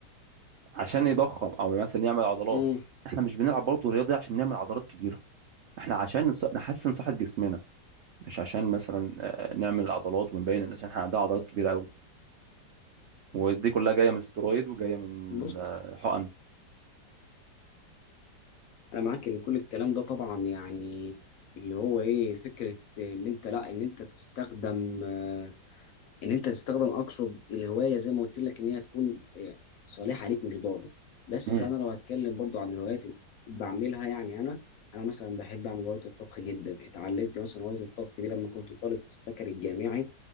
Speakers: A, on the right; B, on the left.
A: عشان يضخم او مثلا يعمل عضلات
B: مم.
A: احنا مش بنلعب برضه رياضي عشان نعمل عضلات كبيره احنا عشان نص- نحسن صحه جسمنا مش عشان مثلا آه، نعمل عضلات ونبين للناس ان احنا عندنا عضلات كبيره قوي ودي كلها جايه من سترويد وجايه من
B: بص
A: آه، حقن
B: انا معاك ان كل الكلام ده طبعا يعني اللي هو ايه فكره ان انت لا ان انت تستخدم آه، ان انت تستخدم اقصد الهوايه زي ما قلت لك ان هي تكون آه، صالحه ليك مش ضاره بس
A: مم.
B: انا لو هتكلم برضو عن الهوايات اللي بعملها يعني انا انا مثلا بحب اعمل هوايه الطبخ جدا اتعلمت مثلا هوايه الطبخ دي لما كنت طالب في السكن الجامعي